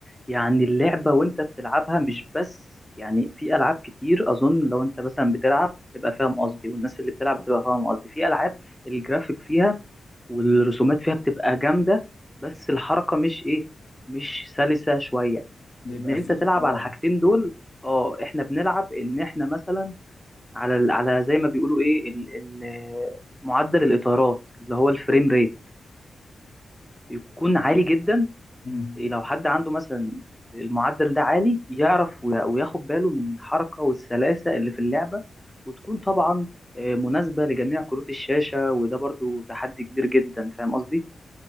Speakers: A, in the centre; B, on the left (about 55°).
A: يعني اللعبه وانت بتلعبها مش بس يعني في العاب كتير اظن لو انت مثلا بتلعب هتبقى فاهم قصدي والناس اللي بتلعب هتبقى فاهم قصدي في العاب الجرافيك فيها والرسومات فيها بتبقى جامده بس الحركه مش ايه مش سلسه شويه
B: بيبقى
A: ان انت
B: فيه
A: تلعب
B: اه
A: على الحاجتين دول اه احنا بنلعب ان احنا مثلا على ال- على زي ما بيقولوا ايه ال- ال- معدل الاطارات اللي هو الفريم ريت يكون عالي جدا
B: امم
A: لو حد عنده مثلا المعدل ده عالي يعرف وي- وياخد باله من الحركة والسلاسة اللي في اللعبة وتكون طبعا آه، مناسبة لجميع كروت الشاشة وده برضو تحدي كبير جدا فاهم قصدي؟